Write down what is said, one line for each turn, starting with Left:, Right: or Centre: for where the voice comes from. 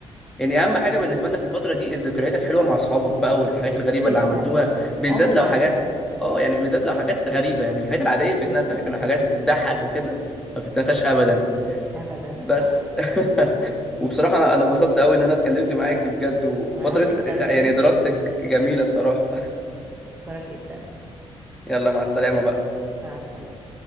Centre: يعني اهم حاجه بالنسبه لنا في الفتره دي الذكريات الحلوه مع اصحابك بقى والحاجات الغريبه
Right: جدا
Centre: اللي عملتوها
Right: اه
Centre: بالذات
Right: عمري
Centre: لو
Right: ما
Centre: حاجات
Right: هنساهم
Centre: اه يعني بالذات لو حاجات غريبه يعني الحاجات العاديه
Right: <laughs>
Centre: بتتنسى لكن لو حاجات بتضحك وكده ما بتتنساش ابدا
Right: ابدا
Centre: بس
Right: صح
Centre: <laughs> وبصراحه انا أنا اتبسطت قوي ان انا اتكلمت معاك بجد وفتره
Right: وانا كمان
Centre: يعني دراستك جميله الصراحه
Right: اشكرك جدا
Centre: <laughs> يلا مع السلامه بقى
Right: مع السلامه